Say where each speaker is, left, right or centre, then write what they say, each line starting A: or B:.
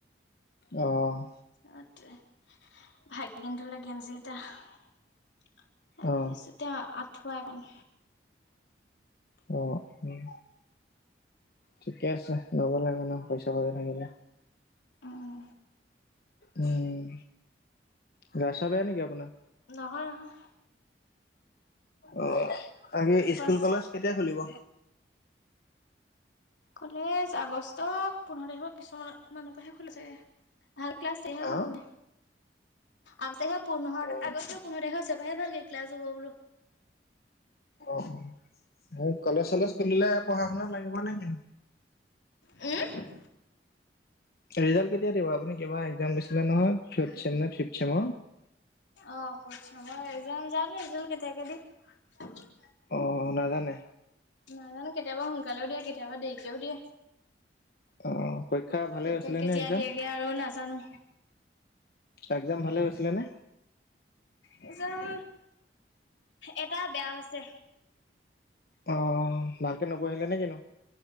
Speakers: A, on the left (about 55°); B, on the left (about 85°).
A: অ'।
B: সেইটোৱে ভাইটি গেন্দুলে গেঞ্জি এটা। তাৰপিছতে
A: অ অ
B: আঁঠুৱা এখন।
A: অ উম ঠিকে আছে ল'ব লাগে ন পইচা পাতি থাকিলে।
B: উম
A: উম গা চা বেয়া নেকি আপোনাৰ?
B: নহয় নহয়
A: অ, বাকী স্কুল
B: পাছ
A: কলেজ কেতিয়া খুলিব?
B: কলেজ আগষ্ট পোন্ধৰ তাৰিখৰ পিছৰ মানৰ পৰাহে খোলিব চাগে। ভাল ক্লাছ তেতিয়াহে
A: আহ
B: হ'ব মানে। আগষ্ট পোন্ধৰ,
A: অ
B: আগষ্ট পোন্ধৰ তাৰিখৰ পিছৰ পৰাহে ভালকে ক্লাছ হ'ব বোলো।
A: অ', অ', হেৰি কলেজ চলেজ খুলিলে পঢ়া শুনাত লাগিব নাই কি নো?
B: উম।
A: ৰিজাল্ট কেতিয়া দিব, আপুনি কিবাহৰ এক্সাম দিছিলে নহয় ফৰ্থ চেম নে ফিফট চেমৰ?
B: অ ফৰ্থ চেমৰ অ একজাম জানো ৰিজাল্ট কেতিয়াকে দিয়ে।
A: অহ নাজানে?
B: নাজানো কেতিয়াবা সোনকালেও দিয়ে কেতিয়াবা দেৰিকেও দিয়ে।
A: অ পৰীক্ষা ভালে
B: কেতিয়া
A: হৈছিলে
B: কেতিয়া
A: নে এক্জাম
B: দিয়েগে আৰু নাজানো।
A: এক্সাম ভালে হৈছিলে নে?
B: এক্সাম এটা বেয়া হৈছে।
A: অহ, ভালকে নপঢ়িলা নে কিনো?